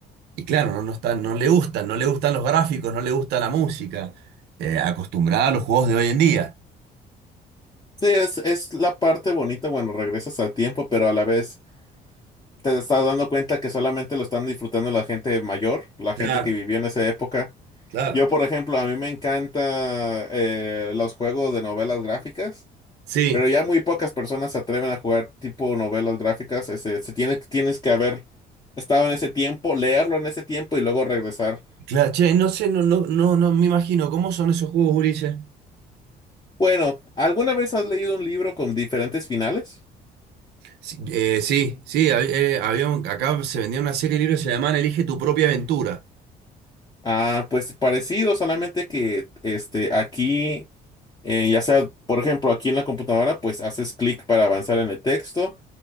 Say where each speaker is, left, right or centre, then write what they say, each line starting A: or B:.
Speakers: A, on the right; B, on the left.
A: y claro, no, no está, no le gustan, no le gustan los gráficos, no le gusta la música, eh, acostumbrada a los juegos de hoy en día.
B: Sí, es, es la parte bonita, bueno, regresas a tiempo, pero a la vez te estás dando cuenta que solamente lo están disfrutando la gente mayor, la
A: Claro,
B: gente que vivió en esa época.
A: claro.
B: Yo, por ejemplo, a mí me encanta eh, los juegos de novelas gráficas.
A: Sí,
B: Pero ya muy pocas personas se atreven a jugar tipo novelas gráficas. Ese, se tiene, tienes que haber estado en ese tiempo, leerlo en ese tiempo y luego regresar.
A: claro, che, no sé, no, no, no, no me imagino, ¿cómo son esos juegos, Ulises?
B: Bueno, ¿alguna vez has leído un libro con diferentes finales?
A: Sí, eh, sí, sí, hab- eh, había un- acá se vendía una serie de libros que se llamaban Elige tu propia aventura.
B: Ah, pues parecido, solamente que este, aquí, eh, ya sea, por ejemplo, aquí en la computadora, pues haces clic para avanzar en el texto